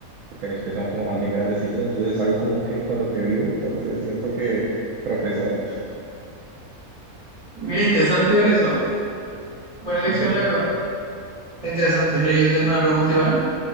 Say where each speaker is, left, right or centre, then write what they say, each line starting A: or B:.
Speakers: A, on the right (about 70°); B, on the right (about 20°).
A: porque mis pies son como más bien grandecitos, entonces es algo como que con lo que vivo, entonces siento que tropezar.
B: Mira, interesante igual eso. Buena elección,
A: Ujú.
B: la verdad. Está interesante. Mira, yo te tengo una pregunta igual.